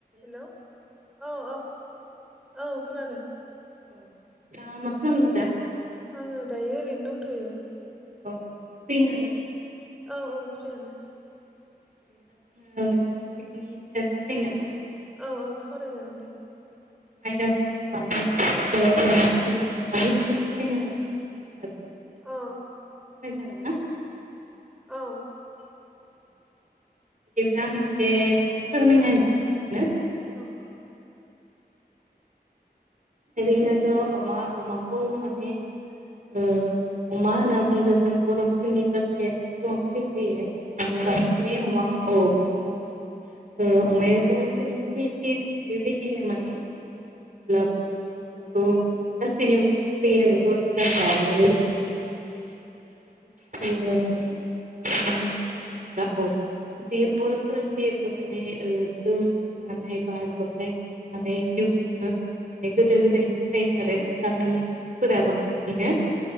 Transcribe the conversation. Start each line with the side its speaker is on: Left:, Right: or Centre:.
Centre: हेल' औ औ औ खोनादों।
Right: नोंथाङा मा खालाम खालामदों दा?
Centre: आङो दायो ओरैनो दंथ'यो।
Right: अ फ्रि ना?
Centre: औ औ फ्रियानो।
Right: बिबा जोङो मोनसे टपिकनि सायाव सावरायनो नामा?
Centre: औ औ सावरायजागोन दे।
Right: आयदाखौ आं माने ओ अमाखौ अमानि सायाव सावरायनो होनना सानदोंमोन नोंथां।
Centre: औ
Right: सावराय जागोन ना?
Centre: औ
Right: औ औ बिदिब्ला आं एसे फोरमायनानै <unintelligible>
Centre: औ
Right: ओरैनोथ' अमा अमाखौ माने ओ अमा होनना बुङोब्ला जों बर'फोरनि बाथ्रायानि सिगाङाव फैग्रोयो। माने बांसिनै
Centre: औ
Right: अमा औ अमा ओ अमाया बर'फोरनि सिनायथि बेबायदिनो माने <unintelligible> बिदिब्ला बर'नि बाथ्राखौ माने गासैनियावबो फै फैग्रोयो आरो बर'फोरा जायो <unintelligible> होननानै। अमानि बाथ्रा बुङोब्ला औ। जे बर'फोरा जिहेथु माने ओ <unintelligible> नानै बा जौखाय संनानै जिउ खुङो माने गोदो गोदायनिफ्रायनो आरो गामिनि सुबुंफोरा बांसिनैनो